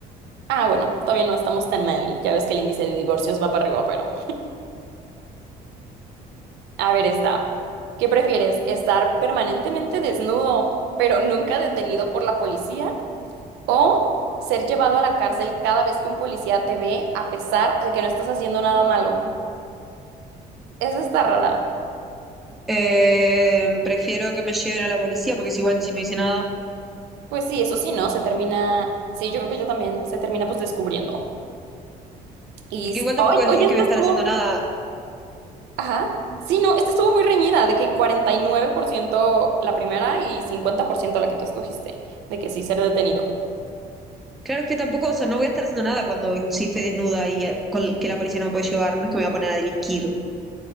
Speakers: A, on the right (about 80°); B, in the centre.
A: Ah, bueno, todavía no estamos tan mal. Ya ves que el índice de divorcios va para arriba, pero a ver, está. ¿Qué prefieres? ¿Estar permanentemente desnudo, pero nunca detenido por la policía? ¿O ser llevado a la cárcel cada vez que un policía te ve, a pesar de que no estás haciendo nada malo? Esa está rara.
B: Eh, prefiero que me lleven a la policía porque es igual si no hice nada.
A: Pues sí, eso sí, ¿no? Se termina. Sí, yo creo que yo también. Se termina pues descubriendo. Y.
B: Porque igual
A: ¡Ay!
B: tampoco es,
A: Oye,
B: es
A: esto
B: que voy a estar
A: estuvo.
B: haciendo nada.
A: Ajá. Sí, no, esta estuvo muy reñida, de que 49% la primera y 50% la que tú escogiste, de que sí ser detenido.
B: Claro, es que tampoco, o sea, no voy a estar haciendo nada cuando si estoy desnuda y eh, col- que la policía no me puede llevar. No es que me voy a poner a delinquir.